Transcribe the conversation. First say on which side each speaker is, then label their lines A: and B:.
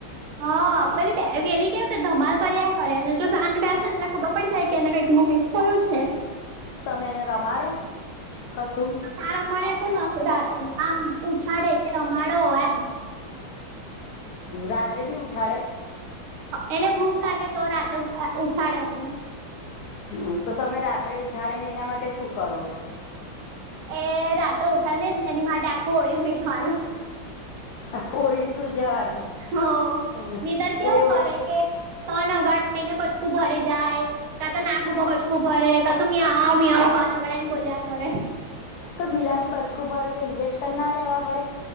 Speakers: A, on the right; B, on the left.
A: હા પે પેલી કેવું કે ધમાલ કર્યા કરેને જો સાંજ બે છે ને એટલે ખબર પડી જાય કેને કઈક કઈ થયું છે.
B: તમે એને રમાડો કશું?
A: આ રમાડે તો ન આમ ઉઠાડે કે રમાડો હો એમ.
B: રાત્રે બી ઉઠાળે?
A: એને ભૂખ લાગે તો રાતે ઉછાડે અમને.
B: હમ તો તમે રાત્રે ઉઠાડે ને એના માટે શું કરો?
A: એ રાત્રે ઉઠાડીનેને એની માટે આખું ઓળીને જવાનું.
B: આ કોળીને સુું જવાનું.
A: હ
B: હમ
A: નિધર કેવું
B: તો એ
A: કરે કે તન અગાડને બચકું ભરી જાય. કા તો નાકૂબ પચકું ભર ક તું આવ મી આવો કનગળ ને બો્યા કરે.
B: તો બિલાડી બચકું પડે તો ઇન્જેક્શન ના લેવા પડે?